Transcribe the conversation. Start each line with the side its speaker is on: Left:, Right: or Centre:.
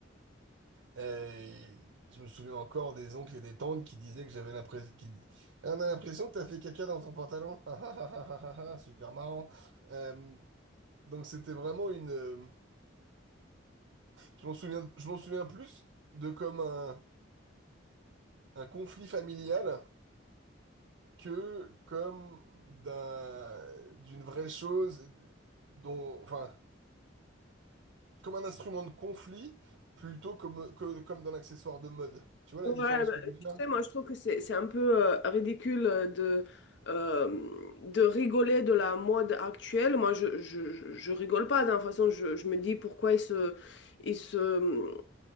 Right: Et je me souviens encore des oncles et des tantes qui disaient que j'avais l'impression... Qui... Ah, On a l'impression que t'as fait caca dans ton pantalon. Ah, ah, ah, ah, ah, ah, ah, Super marrant. Euh, donc c'était vraiment une... euh, Je m'en souviens, je m'en souviens plus de comme un, un conflit familial que comme d'un, d'une vraie chose dont... Enfin, comme un instrument de conflit plutôt comme, que, comme d'un accessoire de mode. Tu vois
Left: Ouais,
Right: la différence
Left: bah,
Right: que je veux
Left: tu
Right: faire?
Left: sais, moi je trouve que c'est c'est un peu euh, ridicule euh, de, euh, de rigoler de la mode actuelle. Moi je, je, je je rigole pas, d'une façon, je, je me dis pourquoi ils se, ils se,